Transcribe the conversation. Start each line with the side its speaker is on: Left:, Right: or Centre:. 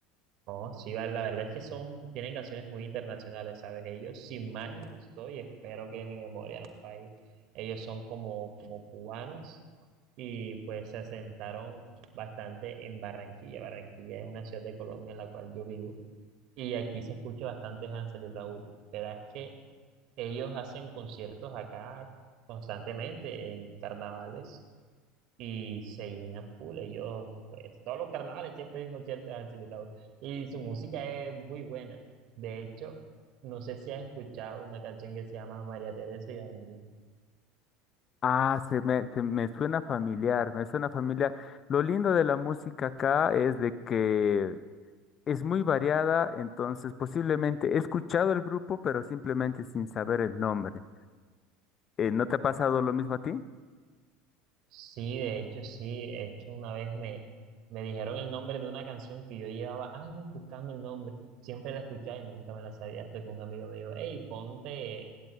Right: Oh, sí, va- la verdad es que son, tienen canciones muy internacionales, ¿sabes? Ellos, si mal no estoy, espero que mi memoria no falle. Ellos son como, como cubanos y pues se asentaron bastante en Barranquilla. Barranquilla es una ciudad de Colombia en la cual yo vivo y aquí se escucha bastante Hansel y Raúl. Pero es que Ellos hacen conciertos acá constantemente en carnavales y se llenan full. Ellos, pues, todos los carnavales siempre hay un concierto de Hansel y Raúl. Y su música es muy buena. De hecho, no sé si has escuchado una canción que se llama María Teresa y Danilo.
Left: Ah, se me, se me suena familiar, me suena familiar. Lo lindo de la música acá es de que es muy variada, entonces posiblemente he escuchado el grupo, pero simplemente sin saber el nombre. Eh, ¿no te ha pasado lo mismo a ti?
Right: Sí, de hecho, sí. De hecho, una vez me, me dijeron el nombre de una canción que yo llevaba años buscando el nombre. Siempre la escuchaba y nunca me la sabía hasta que un amigo me dijo, hey, ponte.